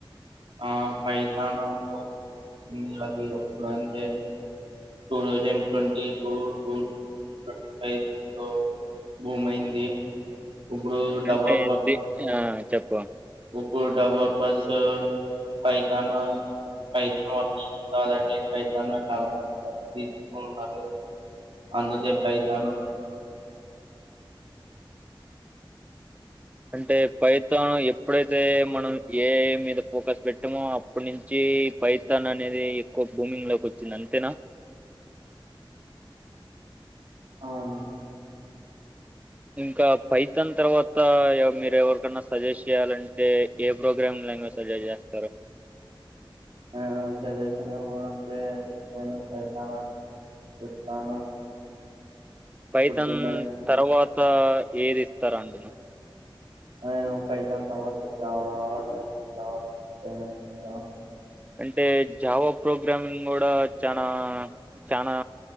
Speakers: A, on the right; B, on the right.
A: ఆ పైతాన్ తో భూమింగ్లకి ఎప్పుడు అంటే two thousand twenty two thousand twenty five లో భూమ్ అయింది ఇప్పుడు డెవలపర్
B: ఐతే ఎంటి ఆ చెప్ప
A: ఇప్పుడు డెవలపర్స్ పైతాన్ పైతాన్ల కాదండి పైతాన్ తీసుకున్నారు <unintelligible> అందుకే పైతాన్
B: అంటే పైథాన్ ఎప్పుడైతే మనం ఏఐ మీద ఫోకస్ పెట్టామో అప్పటి నుంచి పైథాన్ అనేది ఎక్కువ భూమింగ్ లోకి వచ్చింది అంతేనా
A: అవును
B: ఇంకా పైతన్ తర్వాత మీరు ఎవరికన్నా సజెస్ట్ చేయాలంటే ఏ ప్రోగ్రామింగ్ లాంగ్వేజ్ సజెస్ట్ చేస్తారు
A: నేను చదువేసింది కూడా అంటే నేను పైతనే చెప్తాను
B: పైతన్
A: ఇప్పుడు డిమాండ్
B: తర్వాత ఏది ఇస్తారు అంటున
A: నేను పైతన్ తరువాత జావా చేయమని చప్పుత
B: అంటే జావా ప్రోగ్రామింగ్ కూడా చానా చానా